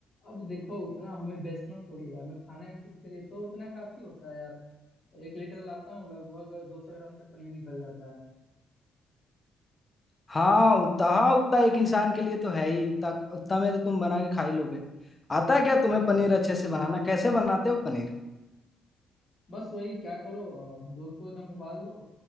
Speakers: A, on the left; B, on the left.
A: अब देखो उतना हमें बेचना थोड़ी है हमें खाना है खुद के लिए तो उतना काफी होता है यार एक लीटर लाता हूँ लगभग दो सौ ग्राम तक पनीर निकल जाता है
B: हाँ उतना हाँ उतना एक इंसान के लिए तो है ही उतना उतना में तो तुम बना के खा ही लोगे आता है क्या
A: हाँ
B: तुम्हें पनीर
A: हाँ
B: अच्छे से बनाना कैसे बनाते हो पनीर
A: बस वही क्या करो अ, दूध को एकदम उबाल दो